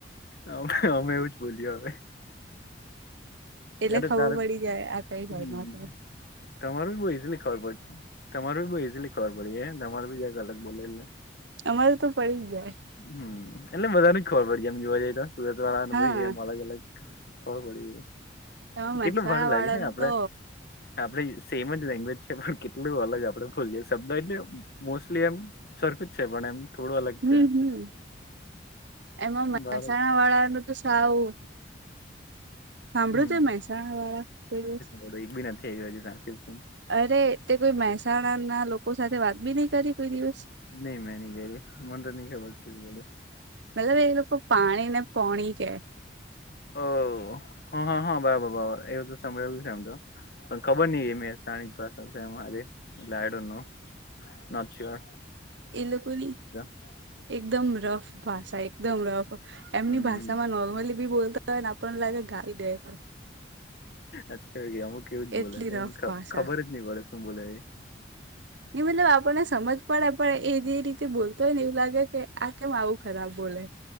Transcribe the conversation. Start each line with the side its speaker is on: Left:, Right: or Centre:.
Left: અમે અમે એવું જ બોલીએ હવે
Right: એટલે
Left: અરે
Right: ખબર
Left: તારે
Right: પડી જાય આ કઈ
Left: હમ
Right: સાઇડ ના સે?
Left: તમારું બઉ ઈઝીલી ખબર પડ તમારું બહુ ઈઝીલી ખબર પડી હે તમાર બીજા અલગ બોલે એટલે
Right: અમારે તો પડી જ જાય.
Left: હમ્મ એટલે બધાને ખબર પડી જ જાય એમ જોવા જઈએ તો સુરત વાળા
Right: હા
Left: ભાઈ એમ અલગ અલગ ખબર પડી જાય
Right: એમાં મહેસાણા
Left: કેટલું <unintelligible>
Right: વાળાનું
Left: આપડે
Right: તો
Left: આપડે સેમ જ લેંગ્વેજ છે પણ કેટલું અલગ આપડે બોલીએ શબ્દ એટલે મોસ્ટલી એમ સરખું જ છે પણ એમ થોડું અલગ
Right: હમ
Left: છે.
Right: હમ એમાં મહેસાણા
Left: ભારે
Right: વાળા નું તો સાવું સાંભળ્યું
Left: હમ
Right: છે મહેસાણા વાળા કોઈ દિવસ?
Left: <unintelligible> ટ્રાન્સક્રિપ્શન
Right: અરે તે કોઈ મહેસાણા ના લોકો સાથે વાત બી નહી કરી. કોઈ દિવસ
Left: નહી મેં નય કયરી મન તો નય ખબર કેવું બોલે?
Right: મતલબ એ લોકો પાણી ને પોણી કે
Left: ઓ હા હા હા બરાબર બરબર એવું તો સાંભળેલું છે આમતો પણ ખબર નઈ એ મેહસાણી ભાષા છે અમારે એટલે આઈ ડોન્ટ નો અચ્છા
Right: એ લોકોની
Left: <unintelligible>
Right: એકદમ રફ ભાષા એકદમ રફ એમની
Left: હમ
Right: ભાષા માં નોર્મલી બી બોલતા ને આપણને લાગે ગાલી દેય
Left: અચ્છા ગ અમુક કેવું જ
Right: એટલી
Left: બોલે છે
Right: રફ
Left: ખ
Right: ભાષા
Left: ખબર જ નહી પડે શું બોલે એ.
Right: ની મતલબ આપણને સમજ પડે પણ એ જે રીતે બોલતો હોય ને એવું લાગે કે આ કેમ આવું ખરાબ બોલે